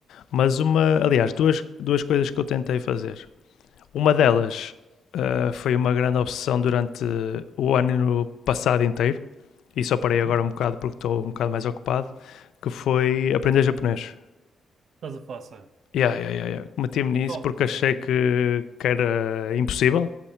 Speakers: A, on the left; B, on the right.
A: Mas uma, aliás, duas, duas coisas que eu tentei fazer. Uma delas ah, foi uma grande obsessão durante o ano passado inteiro e só parei
B: Uhum.
A: agora um bocado porque estou um bocado mais ocupado, que foi aprender japonês.
B: Estás a falar sério?
A: Yeah, yeah, yeah, yeah. Meti-me nisso
B: Top.
A: porque achei que, que era impossível